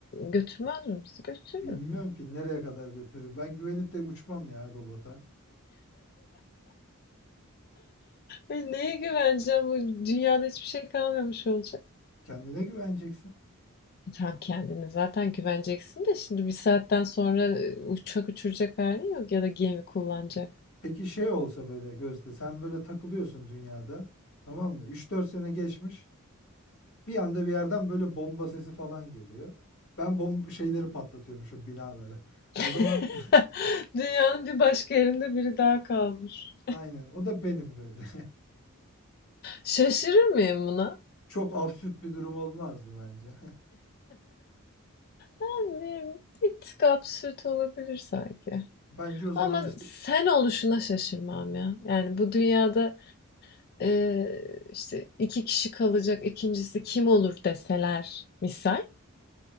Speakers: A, on the left; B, on the left.
A: götürmez mi bizi? Götürür
B: bilmiyorum
A: herhalde.
B: ki nereye kadar götürür. Ben güvenip de uçmam ya robota.
A: E, neye güveneceğim? Bu dünyada hiçbir şey kalmamış olacak.
B: Kendine güveneceksin.
A: E, tamam kendine zaten güveneceksin de şimdi bir saatten sonra e, uçak uçuracak halin yok ya da gemi kullanacak.
B: Peki şey olsa böyle Gözde sen böyle takılıyorsun dünyada tamam mı? Üç dört sene geçmiş bir anda bir yerden böyle bomba sesi falan geliyor. Ben bomb şeyleri patlatıyormuşum binaları. O zaman
A: <laughs> Dünyanın bir başka yerinde biri daha kalmış.
B: <laughs> aynen o da benim böyle. <laughs>
A: Şaşırır mıyım buna?
B: Çok absürt bir durum olmaz mı bence?
A: Yani bir tık absürt olabilir sanki.
B: <laughs> Bence o zaman
A: Ama
B: hiç
A: sen oluşuna şaşırmam ya. Yani bu dünyada e, işte iki kişi kalacak ikincisi kim olur deseler misal.